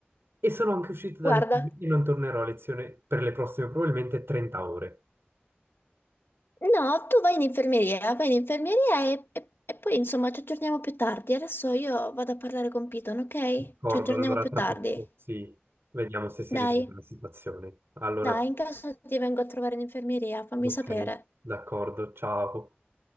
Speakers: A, on the right; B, on the left.
A: E sono anche uscito da
B: Guarda.
A: lezione e non tornerò a lezione per le prossime probabilmente 30 ore.
B: No, tu vai in infermeria, vai in infermeria e, e- e poi insomma ci aggiorniamo più tardi. Adesso io vado a parlare con Piton, ok?
A: D'accordo,
B: Ci aggiorniamo
A: allora
B: più
A: tra
B: tardi.
A: poco, sì, vediamo se si risolve
B: Dai,
A: la situazione. Allora.
B: dai, in caso ti vengo a trovare in infermeria, fammi
A: Ok,
B: sapere.
A: d'accordo, ciao.